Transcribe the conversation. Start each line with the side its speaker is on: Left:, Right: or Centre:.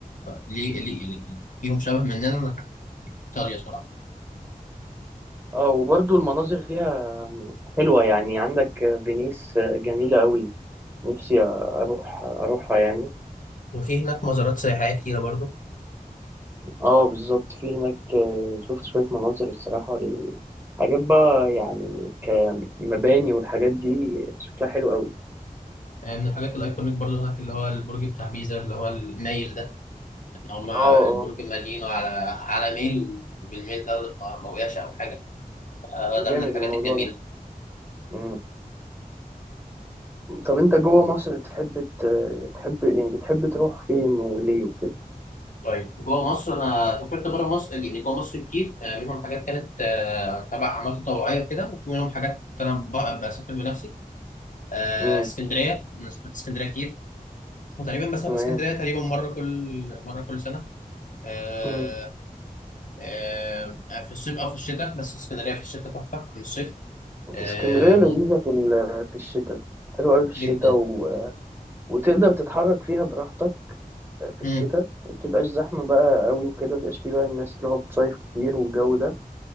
Left: ليه ليه ليه- فيهم شبه مننا ايطاليا صراحه
Right: اه وبرضو المناظر فيها حلوه يعني عندك فينيس جميله قوي نفسي اروح اروحها يعني
Left: وفي هناك مزارات سياحيه كتيره برضو
Right: اه بالظبط في هناك آه، شفت شوية مناظر الصراحة ل- حاجات بقى يعني كمباني والحاجات دي شكلها حلو قوي
Left: يعني من الحاجات الأيكونيك برضو هناك اللي هو البرج بتاع بيزا اللي هو المايل ده إن هما
Right: اه اه
Left: البرج مالينه على على ميل وبالميل ده ما ما وقعش أو حاجة آه،
Right: جامد
Left: ده من الحاجات
Right: الموضوع
Left: الجميلة
Right: ده مم. طب انت جوه مصر تحب ت- تحب يعني بتحب تروح فين وليه وكده
Left: طيب جوه مصر أنا سافرت بره مصر يعني جوه مصر كتير آه، منهم حاجات كانت آه، تبع أعمال تطوعية وكده ومنهم حاجات كنت أنا ب- بسافر بنفسي آه،
Right: مم.
Left: اسكندرية أنا سافرت اسكندرية كتير وتقريبا بسافر
Right: تمام
Left: اسكندرية تقريبا مرة كل مرة كل سنة آه،
Right: مم.
Left: آه، في الصيف أو في الشتاء بس اسكندرية في الشتاء تحفة عن الصيف
Right: اسكندرية
Left: آه،
Right: لذيذة
Left: ممكن
Right: في ال- في الشتاء حلوة قوي في الشتاء
Left: جدا
Right: و... وتقدر تتحرك فيها براحتك في الشتاء
Left: مم.
Right: ما بتبقاش زحمة بقى قوي وكده ما بيبقاش فيه بقى الناس اللي هو بتصيف كتير والجو ده